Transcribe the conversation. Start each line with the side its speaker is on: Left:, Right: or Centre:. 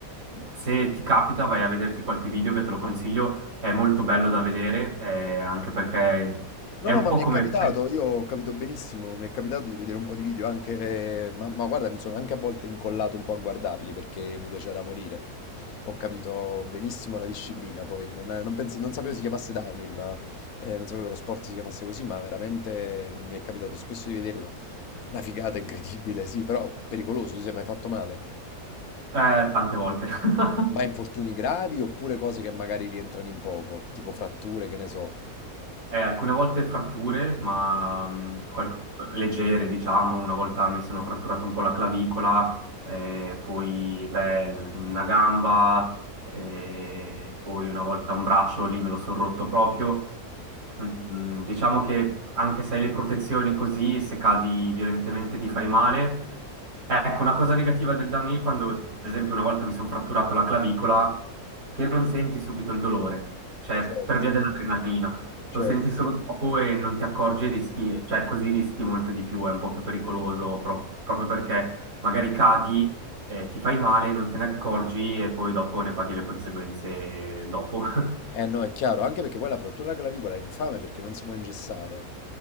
Right: se ti capita, vai a vederti qualche video che te lo consiglio, è molto bello da vedere, eh, anche perché
Left: No,
Right: è
Left: no,
Right: un
Left: ma
Right: po'
Left: mi
Right: come...
Left: è capitato, io ho capito benissimo, mi è capitato di vedere un po' di video anche, eh, ma, ma guarda, mi sono anche a volte incollato un po' a guardarli perché mi piaceva da morire. Ho capito benissimo la disciplina, poi non, non penso- non sapevo si chiamasse downhill, ma eh, non sapevo che lo sport si chiamasse così, ma veramente mi è capitato spesso di vederlo. Una figata incredibile, sì, però pericoloso, ti sei mai fatto male?
Right: eh, tante volte. <laughs>
Left: Ma infortuni gravi oppure cose che magari rientrano in poco, tipo fratture, che ne so.
Right: Eh, alcune volte fratture, ma mh, qual- leggere, diciamo, una volta mi sono fratturato un po' la clavicola, eh, poi beh, una gamba, eh, poi una volta un braccio lì me lo sono rotto proprio. Mm, Diciamo che anche se hai le protezioni così, se cadi violentemente ti fai male. Ecco, una cosa negativa del downhill, quando ad esempio una volta mi sono fratturato la clavicola, che non senti subito il dolore, cioè
Left: Certo,
Right: per via dell'adrenalina.
Left: certo.
Right: Lo senti solo dopo e non ti accorgi e rischi, cioè così rischi molto di più, è un po' più pericoloso pro- proprio perché magari cadi, eh, ti fai male, non te ne accorgi e poi dopo ne paghi le conseguenze dopo. <laughs>
Left: Eh no, è chiaro, anche perché poi la frattura alla clavicola è infame perché non si può ingessare.